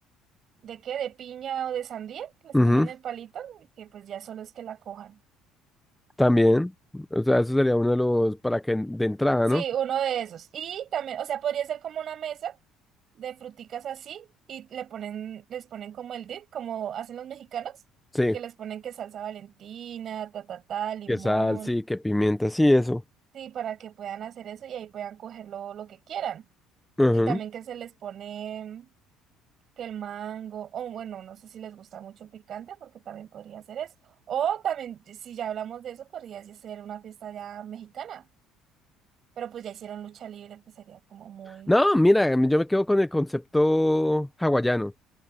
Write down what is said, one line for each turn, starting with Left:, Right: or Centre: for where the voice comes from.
Right: ¿De qué? ¿De piña o de sandía? que Les
Centre: ujú,
Right: ponen el palito y que pues ya solo es que la cojan.
Centre: también. O sea, eso sería uno de los para que de entrada,
Right: Sí,
Centre: ¿no?
Right: uno de esos. Y también, o sea, podría ser como una mesa de fruticas así y le ponen, les ponen como el dip, como hacen los mexicanos,
Centre: Sí,
Right: que les ponen que salsa Valentina, ta ta ta, limón.
Centre: que sal, sí, que pimienta, sí, eso.
Right: Sí, para que puedan hacer eso y ahí puedan coger lo, lo que quieran.
Centre: Ujú.
Right: Y también que se les pone que el mango, o bueno, no sé si les gusta mucho el picante, porque también podría ser eso. O también, si ya hablamos de eso, podría ya ser una fiesta ya mexicana, pero pues ya hicieron lucha libre, pues sería como muy...
Centre: No, mira, yo me quedo con el concepto hawaiano.